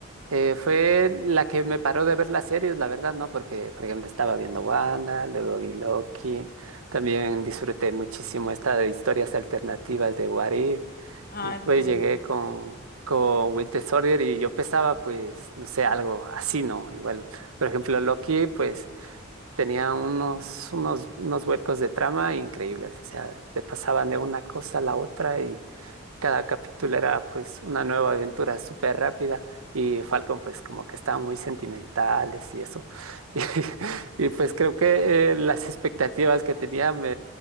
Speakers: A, on the right; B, on the left.
A: Eh, fue la que me paró de ver las series, la verdad, ¿no? Porque, por ejemplo, estaba viendo Wanda, luego vi Loki. También disfruté muchísimo esta de historias alternativas de What If.
B: Ah,
A: Y Después
B: eso es juvenil.
A: llegué con, con Winter Soldier y yo pensaba, pues, no sé, algo así, ¿no? Igual, por ejemplo, Loki, pues, tenía unos, unos, unos huecos de trama increíbles. O sea, te pasaban de una cosa a la otra y cada capítulo era pues una nueva aventura súper rápida y Falcon pues como que estaban muy sentimentales y eso. <laughs> Y, y, pues creo que eh, las expectativas que tenía me